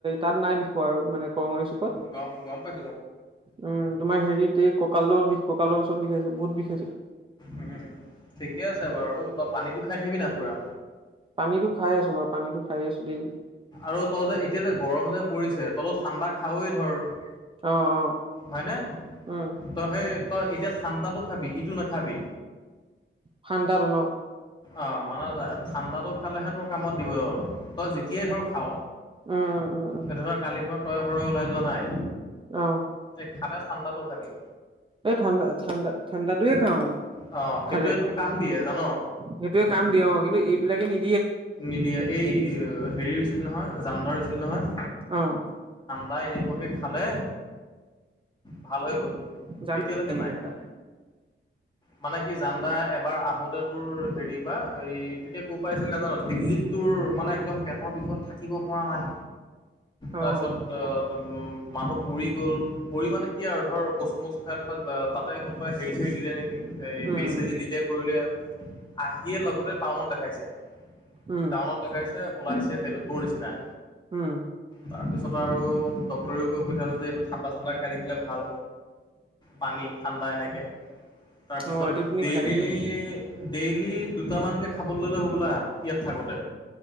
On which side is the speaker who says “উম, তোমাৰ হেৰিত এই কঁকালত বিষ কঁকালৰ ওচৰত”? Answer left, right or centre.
Right